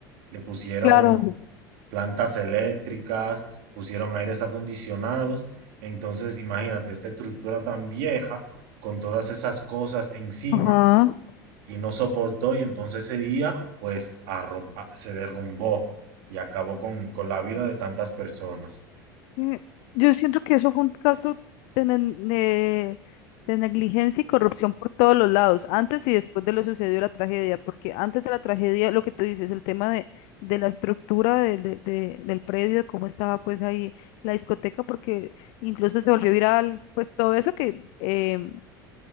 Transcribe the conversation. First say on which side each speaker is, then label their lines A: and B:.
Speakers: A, on the right; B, on the left.
A: le pusieron
B: Claro.
A: plantas eléctricas, pusieron aires acondicionados. Entonces, imagínate, esta estructura tan vieja, con todas esas cosas encima,
B: Ajá.
A: y no soportó, y entonces ese día, pues, arru- a- se derrumbó y acabó con, con la vida de tantas personas.
B: Eh, Yo siento que eso fue un caso de, ne- de- de negligencia y corrupción por todos los lados, antes y después de lo sucedido la tragedia, porque antes de la tragedia, lo que tú dices, el tema de, de la estructura de- de- de- del predio, de cómo estaba pues ahí la discoteca, porque incluso se volvió viral, pues todo eso que em,